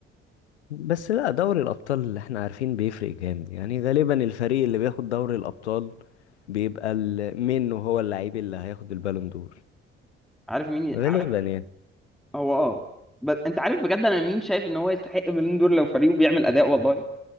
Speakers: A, on the left (about 80°); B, in the centre.
A: بس لا دوري الأبطال اللي احنا عارفين بيفرق جامد يعني غالبا الفريق اللي بياخد دوري الأبطال بيبقى ال- منه هو اللعيب اللي هياخد البالون دور
B: عارف مين
A: غالبا
B: عارف
A: يعني
B: هو أه بس أنت عارف بجد أنا مين شايف إن هو يستحق البالون دور لو فريقه بيعمل أداء والله